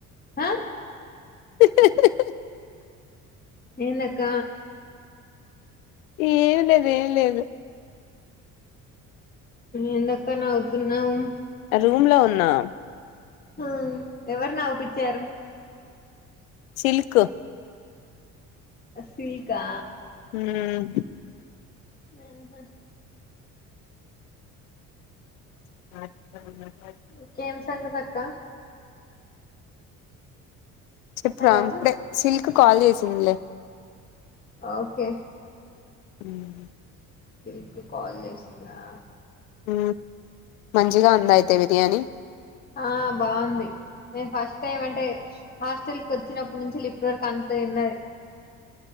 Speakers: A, on the left; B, on the left.
A: హా
B: హా హా హా
A: ఏందక్క
B: ఏమి లేదు ఏమి లేదు
A: ఎందక్క నవుతున్నావు
B: రూమ్ లో ఉన్నా
A: హా ఎవరు నౌపిచ్చారు
B: సిల్కు
A: ఆ సిల్కా
B: ఉం
A: హు హామ్
B: <inaudible>
A: ఇంకేం సంగతి అక్క
B: చెప్పు
A: హలో
B: రా ఇప్పుడే సిల్క్ కాల్ చేసిందిలే
A: ఓకే
B: ఉం
A: సిల్కు కాల్ చేసిందా
B: ఆ మంచిగా ఉందా అయితే బిర్యానీ
A: ఆ బావుంది నేను ఫస్ట్ టైం అంటే హాస్టల్ కి వచ్చినప్పుడి నుంచి లిప్పటి వరకు అంత ఉన్నది